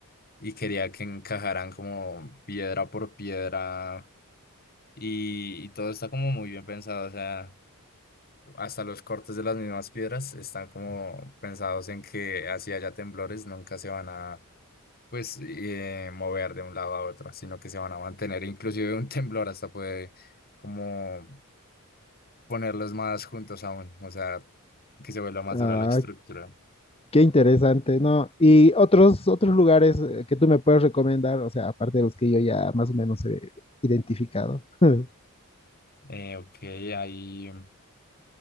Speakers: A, on the left (about 45°); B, on the left (about 25°).
A: y quería que encajaran como piedra por piedra y, y todo está como muy bien pensado, o sea. Hasta los cortes de las mismas piedras están como pensados en que así haya temblores, nunca se van a pues eh, mover de un lado a otro, sino que se van a mantener. Inclusive un temblor hasta puede como ponerlos más juntos aún, o sea, que se vuelva más
B: Ah,
A: dura la estructura.
B: qué interesante, ¿no? Y otros, otros lugares eh, que tú me puedes recomendar, o sea, aparte de los que yo ya más o menos he identificado. <laughs>
A: Eh, ok, ahí